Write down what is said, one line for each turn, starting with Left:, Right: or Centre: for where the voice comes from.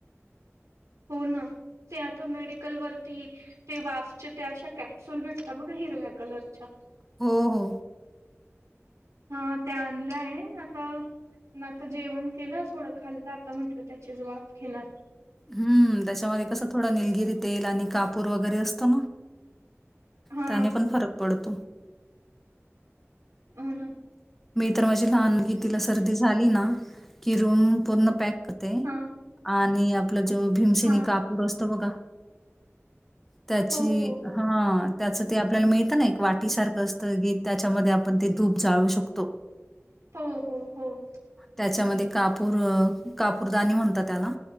Right: हो ना ते आता मेडिकल वरती ते वाफचे त्या अशा कॅप्सूल भेटतात बघा हिरव्या कलरच्या.
Centre: हो हो.
Right: हा त्या आणल्या आहे. आता मग आता जेवण केलं, थोडं खाल्, आता म्हटलं त्याचीच वाफ घेणार.
Centre: हम्म त्याच्यामध्ये कसं थोडं निलगिरी तेल आणि कापूर वगैरे असतो ना.
Right: हा
Centre: त्याने पण फरक पडतो.
Right: हो ना.
Centre: मी तर माझी लहान मुलगी तिला सर्दी झाली ना की रूम पूर्ण पॅक करते
Right: हा
Centre: आणि आपला जो भीमशिनी
Right: हा
Centre: कापूर असतो बघा. त्याची
Right: हो हो
Centre: हा त्याचं ते आपल्याला मिळतं ना एक वाटीसारखं असतं, की त्याच्यामध्ये आपण ते धूप जाळू शक तो.
Right: हम्म हम्म हम्.
Centre: त्याच्यामध्ये कापूर कापूरदानी म्हणतात त्याला.